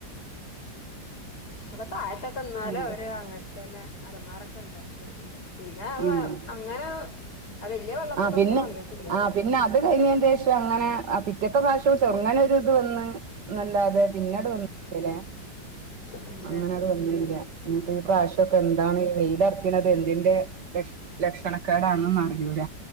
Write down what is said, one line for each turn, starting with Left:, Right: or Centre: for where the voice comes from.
Left: വടെ താഴ തന്നാലും
Right: വീണ്
Left: അവര് അങ്ങനെ തന്നെ അലമാര ക്കണ്ടാക്കിണ്ട് പിന്നെ അഅ്
Right: ആഹ്
Left: അങ്ങനെ ആ വല്യ വെള്ളപ്പൊക്കം
Right: ആ പിന്നെ
Left: വന്നിട്ടില്ല
Right: ആ
Left: തോന്നുന്നു
Right: പിന്നെ അത് കഴിഞ്ഞ് ഏകദേശം അങ്ങനെ ആ പിറ്റത്തെ പ്രാശ്യം ചെറുങ്ങനൊ ഒരു ഇത് വന്ന് നല്ലാതെ പിന്നീട് വന്നല്ലേ
Left: ച
Right: അങ്ങനെത് വന്നില്ല ഇനിപ്പോ ഈ പ്രാവശ്യമൊക്കെ എന്താണ് ഈ വെയിലറക്കണത് എന്ത്ന്റെ ലക്ഷ് ലക്ഷണ ക്കേടാണന്ന് അറിയൂല